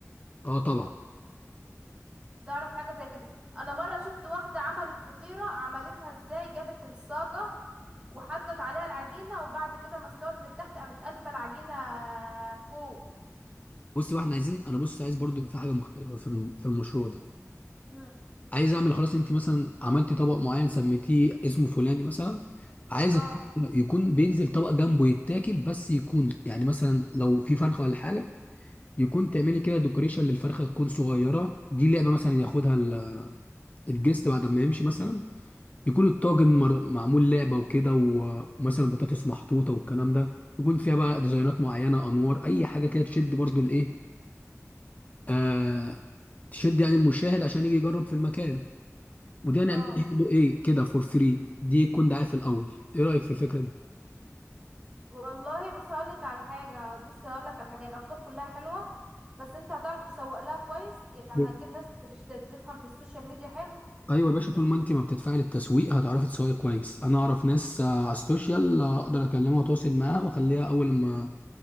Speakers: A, on the left; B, on the right.
A: اه طبعا
B: تعرف حاجة زي كده انا مرة شفت واحدة عملت فطيرة عملتها ازاي جابت الصاجة وحطت عليها العجينة وبعد كده ما استوت من تحت قامت قلبة العجينة فوق
A: بص بقى احنا عايزين انا بص عايز برضو يبقى في حاجه مختلفه في الم- في المشروع ده
B: مم.
A: عايز اعمل خلاص انت مثلا عملتي طبق معين سميتيه اسمه فلاني مثلا عايز
B: اه
A: الطبق يكون بينزل طبق جنبه يتاكل بس يكون يعني مثلا لو في فرخه ولا حاجه يكون تعملي كده ديكوريشن للفرخه تكون صغيره دي لعبه مثلا ياخدها ال- الجست بعد ما يمشي مثلا يكون الطاجن مر- معمول لعبه وكده و- ومثلا بطاطس محطوطه والكلام ده يكون فيها بقى ديزاينات معينه انوار اي حاجه كده تشد برضو الايه آه، تشد يعني المشاهد عشان يجي يجرب في المكان ودي هنعمل
B: اه
A: برضه ايه كده فور فري دي يكون دعايه في الاول ايه رايك في الفكره دي
B: والله بص هقولك على حاجة بص هقولك على حاجة الافكار كلها حلوة بس انت هتعرف تسوق لها كويس يعني
A: نعم.
B: هتجيب ناس تشت- تفهم في السوشيال ميديا حلو
A: ايوه يا باشا طول ما انت ما بتدفعي للتسويق هتعرفي تسوقي كويس انا اعرف ناس آه، على السوشيال آه، اقدر اكلمها واتواصل معاها واخليها اول ما